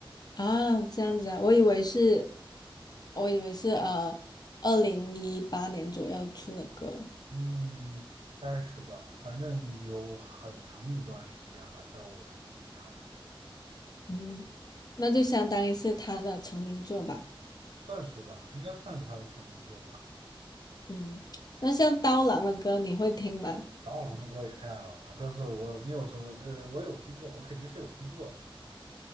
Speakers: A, on the left (about 45°); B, on the right (about 85°).
A: 啊，这样子啊，我以为是，我以为是呃，二零一八年左右出的歌，
B: 嗯，应该是吧，反正有很长一段时间了，在我的印象里，
A: 嗯，那就相当于是他的成名作吧，
B: 算是吧，应该算是他的成名作吧。
A: 嗯，那像刀郎的歌你会听吗？
B: 达瓦的歌也太老了，但是我你有什么？呃，我有听过，我肯定是有听过的。